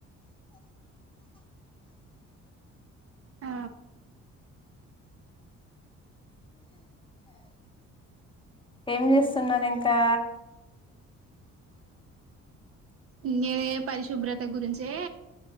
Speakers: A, on the right (about 50°); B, on the left (about 15°).
A: ఆ
B: ఏం జేస్తున్నరు ఇంకా
A: ఇంగేవే పరిశుభ్రత గురించే